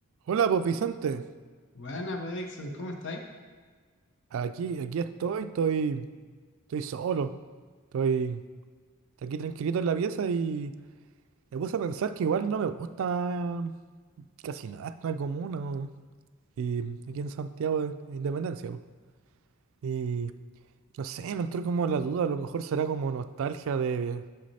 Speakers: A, on the right; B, on the left.
A: Hola, pues Vicente.
B: Buena, pues, Dixon, ¿cómo estáis?
A: Aquí, aquí estoy, estoy, estoy solo. Estoy estoy aquí tranquilito en la pieza y me puse a pensar que igual no me gusta casi nada esta comuna. ¿no? Y aquí en Santiago de Independencia. po. Y no sé, me entró como la duda, a lo mejor será como nostalgia de